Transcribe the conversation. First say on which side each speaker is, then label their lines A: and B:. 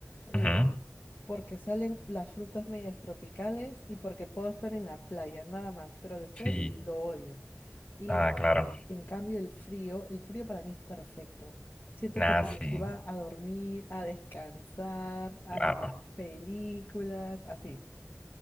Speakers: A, on the left; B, on the left.
A: eh,
B: ujú,
A: porque salen las frutas medias tropicales y porque puedo estar en la playa, nada más, pero después
B: Sí.
A: lo odio. Y
B: Ah, claro.
A: en cambio el frío, el frío para mí es perfecto. Siento
B: Nah,
A: que te
B: sí,
A: lleva a dormir, a descansar, a
B: claro,
A: mirar películas, así.